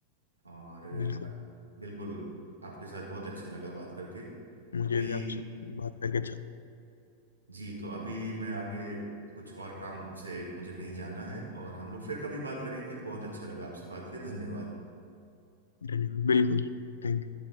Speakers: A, on the right (about 80°); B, on the left (about 70°).
A: और
B: बिल्कुल
A: बिल्कुल आपके साथ बहुत अच्छा लगा बात करके
B: मुझे
A: अभी
B: भी आपसे बात करके अच्छा
A: जी तो अभी मैं आगे कुछ और काम से मुझे कहीं जाना है और हम लोग फिर कभी बात करेंगे बहुत अच्छा लगा आपसे बात करके धन्यवाद
B: धन्यवाद बिल्कुल Thank you